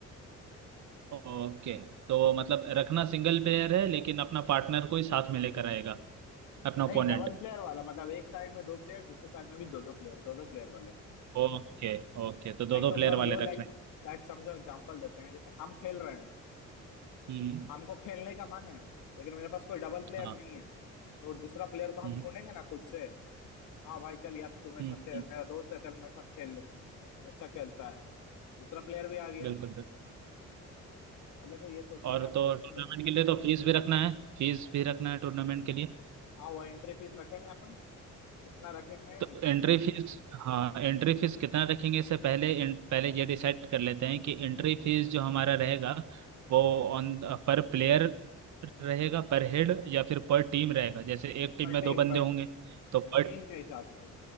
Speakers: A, on the right; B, on the left.
A: ओके तो मतलब रखना सिंगल प्लेयर है लेकिन अपना पार्टनर को ही साथ में लेकर आएगा अपना
B: नहीं
A: ओपोनेंट
B: डबल प्लेयर वाला मतलब एक साइड में दो प्लेयर दूसरे साइड में भी दो दो प्लेयर दो दो प्लेयर वाले
A: ओके ओके तो दो
B: लाइक
A: दो
B: तुम
A: प्लेयर
B: समझो
A: वाले
B: लाइक
A: रखने
B: लाइक समझो एग्जांपल देते हैं जैसे हम खेल रहे हैं
A: हम्म
B: हमको खेलने का मन है लेकिन मेरे पास कोई डबल प्लेयर
A: हाँ
B: नहीं है तो दूसरा प्लेयर को हम
A: हम्म
B: ढूंढेंगे ना खुद से हाँ भाई चल यार तू मेरे
A: हम्म
B: साथ तेरा-
A: हम्म,
B: मेरा दोस्त है चल मेरे साथ खेल ले तो अच्छा खेलता है दूसरा प्लेयर भी आ गया
A: बिल्कुल बिल्कुल
B: पहले तो ये सोच लिया
A: और तो टूर्नामेंट
B: फिर
A: के लिए तो फीस भी रखना है फीस भी रखना है टूर्नामेंट के लिए
B: हाँ वो एंट्री फीस रखेंगे अपन कितना रखेंगे
A: तो एंट्री फीस हाँ एंट्री फीस कितना रखेंगे इससे पहले इन- पहले ये डिसाइड कर लेते हैं कि एंट्री फीस जो हमारा रहेगा वो ऑन पर प्लेयर रहेगा पर हेड या फिर पर टीम रहेगा जैसे एक टीम
B: पर
A: में
B: टीम
A: दो बंदे
B: पर
A: होंगे तो पर
B: टीम के हिसाब से